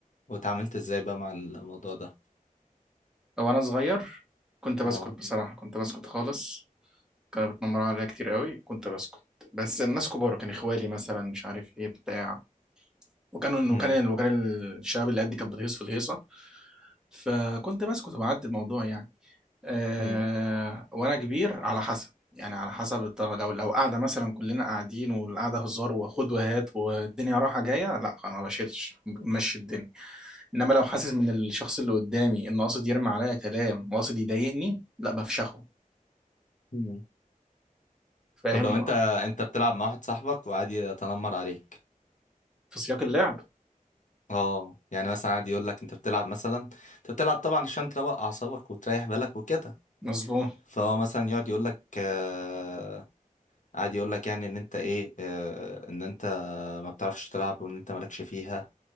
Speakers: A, on the left (about 60°); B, in the centre.
A: واتعاملت ازاي بقى مع الموضوع ده
B: وانا صغير كنت بسكت
A: اه
B: بصراحة كنت بسكت خالص كانوا بيتنمروا عليا كتير قوي كنت بسكت بس الناس كبار كان اخوالي مثلا مش عارف ايه بتاع وكانوا
A: امم
B: وكان وكان الشباب اللي قدي كانت بتهيص في الهيصه فكنت بسكت وبعدي الموضوع يعني أه
A: امم
B: وانا كبير على حسب يعني على حسب الطريقة لو لو قاعدة مثلا كلنا قاعدين والقعدة هزار وخد وهات والدنيا رايحة جاية لا أنا ما بشيلش ماشي الدنيا إنما لو حاسس من الشخص اللي قدامي إنه قاصد يرمي عليا كلام وقاصد يضايقني لا بفشخه
A: امم
B: فاهم
A: طب لو انت انت بتلعب مع واحد صاحبك وقعد يتنمر عليك
B: في سياق اللعب
A: اه يعني مثلا قاعد يقول لك انت بتلعب مثلا انت بتلعب طبعا عشان تروق اعصابك وتريح بالك وكده
B: مظبوط
A: فهو مثلا يقعد يقول لك آه قاعد يقول لك يعني ان انت ايه آه ان انت ما بتعرفش تلعب وان انت مالكش فيها